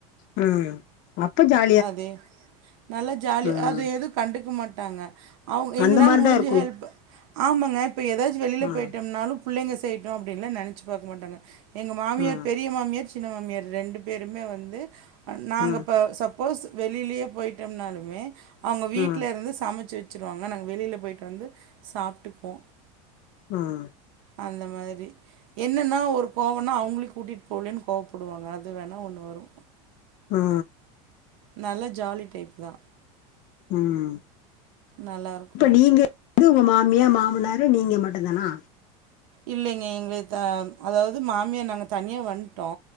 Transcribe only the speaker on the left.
ம் அப்ப ஜா
ம்
அந்த மாரிதா
இருக்கணு
ம்
ம்
ம்
ம்
ம்
ஆ
ம்
இப்ப நீங்க இது உங்க மாமியா மாமனாரு நீங்க மட்டு தானா